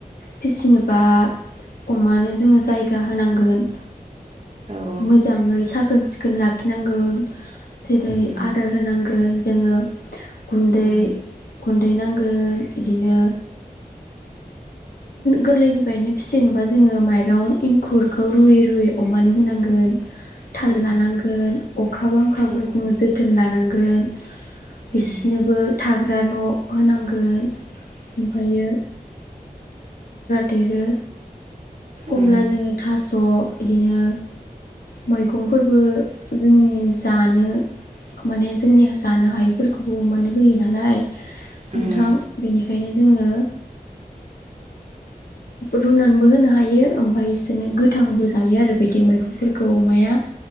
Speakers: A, on the left; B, on the right.
A: फिसिनो बा अमानो जोङो जायगा होनांगोन
B: औ
A: मोजाङै साखोन सिखोन लाखिनांगोन। जेरै
B: उम
A: आदार होनांगोन जोङो गुन्दै
B: उम
A: गुन्दै नांगोन <unintelligible> बिदिनो गोरलैनि <unintelligible> फिसिनोबा जोङो माइरं एंखुरखौ रुयै रुयै अमानो होनांगोन थाल
B: उम
A: लानांगोन अखा बांखाबा
B: औ
A: जोङो जोथोन लानांगोन बिसिनोबो
B: उम
A: थाग्रा न' होनांगोन <unintelligible> ओमफ्रायो देरो अब्ला
B: उम
A: जोङो थास' बिदिनो मैगंफोरबो जोंनि जानो माने जोंनि जानो हायैफोरखौबो अमानो होयो नालाय नोंथां
B: उम
A: बेनिखायनो जोङो रुनानैबो होनो हायो ओमफ्राय इसोरनो गोथांबो जायो आरो बिदि मैगंफोरखौ अमाया